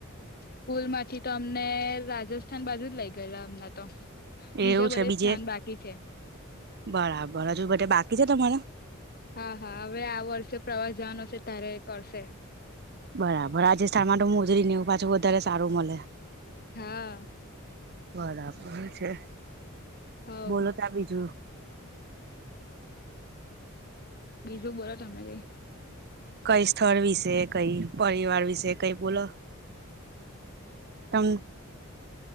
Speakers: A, on the left (about 45°); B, on the right (about 50°).
A: સ્કૂલ માંથી તો અમને રાજસ્થાન બાજુ જ લઇ ગયેલા અમના તો બીજા
B: એવું
A: બધે
B: છે બીજે
A: સ્થાન બાકી છે
B: બરાબર હજુ બાથે બાકી છે તમારા
A: હા હા હવે આ વર્ષે પ્રવાસ જવાનો હશે ત્યારે કરશે
B: બરાબર રસજસ્થાન મા તો મોજરી નેવું પાછું વધારે સારું મળે
A: હા.
B: બરાબર છે,
A: હવ
B: બોલો ત્યાં બીજું
A: બીજું બોલો તમે કઈ
B: કઈ સ્થળ વિશે કઈ પરિવાર વિશે કઈ બોલો તમ